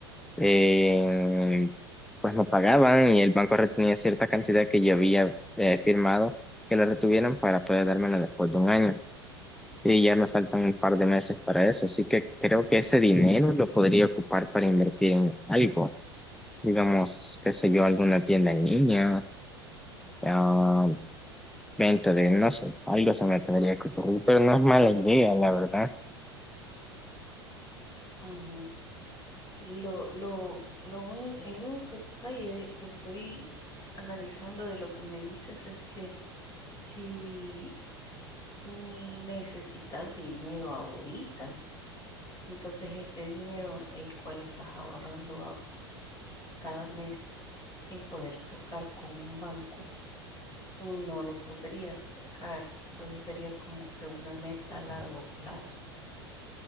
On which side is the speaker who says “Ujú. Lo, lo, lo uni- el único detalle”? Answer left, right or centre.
Left